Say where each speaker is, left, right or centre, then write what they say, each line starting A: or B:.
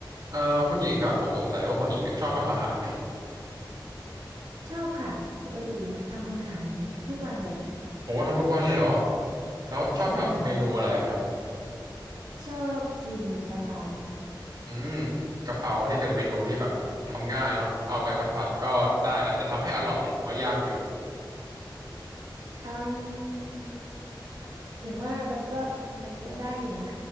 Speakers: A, on the right; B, on the right.
A: เอ่อคุณหญิงครับผมสงสัยว่าคุณหญิงเนี่ยชอบทำอาหารไหม
B: ชอบค่ะปกติหญิงทำอาหารทุกวันเลย
A: โอ้ทำทุกวันเลยเหรอแล้วชอบทำเมนูอะไรอะครับ
B: ใช่ชอบกินกะเพรา
A: อืมกะเพรานี่เป็นเมนูที่แบบทำง่ายเนาะเอาไปผัดผัดก็ได้ละแต่ทำให้อร่อยเนี่ยผมว่ายากอยู่
B: อืมหญิงว่ามันก็มันก็ได้อยู่นะ